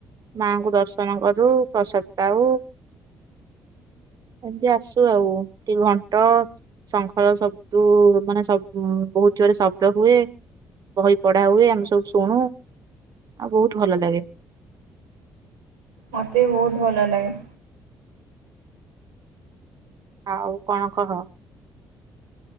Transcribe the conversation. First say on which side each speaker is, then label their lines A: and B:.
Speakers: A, on the right; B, on the right.
A: ମାଙ୍କୁ ଦର୍ଶନ କରୁ ପ୍ରସାଦ ପାଉ ଏମିତି ଆସୁ ଆଉ ଏଠି ଘଣ୍ଟ ଶଙ୍ଖର ସବୁ ମାନେ ସବ ବହୁତ ଜୋରେ ଶବ୍ଦ ହୁଏ ବହି ପଢା ହୁଏ ଆମେ ସବୁ ଶୁଣୁ ଆଉ ବହୁତ ଭଲ ଲାଗେ
B: ମତେ ବହୁତ ଭଲ ଲାଗେ
A: ଆଉ କଣ କହ?